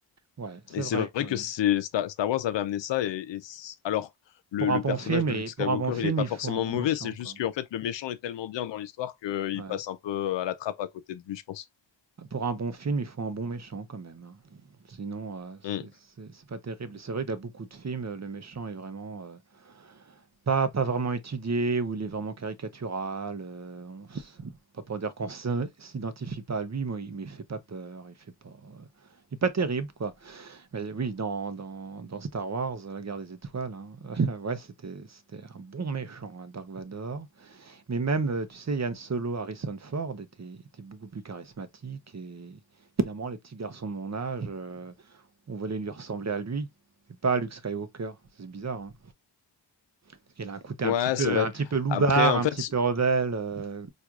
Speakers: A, on the right; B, on the left.
A: Ouais, c'est
B: et
A: vrai
B: c'est vrai
A: quand
B: que
A: même.
B: c'est Star, Star Wars avait amené ça. Et, et c- alors, le,
A: Pour
B: le
A: un bon
B: personnage
A: film
B: de
A: et
B: Luke Skywalker,
A: pour un bon film,
B: il est pas
A: il
B: forcément
A: faut un bon
B: mauvais.
A: méchant,
B: C'est juste
A: quoi.
B: qu'en fait, le méchant est tellement bien dans l'histoire qu'il
A: Ouais.
B: passe un peu à la trappe à côté de lui, je pense.
A: Pour un bon film, il faut un bon méchant quand même, hein. Sinon, heu, c'est
B: Mm.
A: c'est c'est pas terrible. Et c'est vrai que dans beaucoup de films, heu, le méchant est vraiment, heu, pas pas vraiment étudié ou il est vraiment caricatural, heu, on s pas pour dire qu'on s'in s'identifie pas à lui, mais il mais il fait pas peur, il fait pas, heu, il est pas terrible, quoi. Mais oui, dans dans dans Star Wars, la guerre des étoiles, hein, <laughs> ouais, c'était c'était un bon méchant, hein, Dark Vador. Mais même, euh, tu sais, Yann Solo, Harrison Ford était, était beaucoup plus charismatique et finalement, les petits garçons de mon âge, euh, on voulait lui ressembler à lui, mais pas à Luke Skywalker. C'est bizarre, hein. Parce qu'il a un côté
B: Ouais,
A: un petit peu,
B: c'est vrai.
A: un petit peu loubard,
B: Après, en
A: un
B: fait,
A: petit peu rebelle, euh,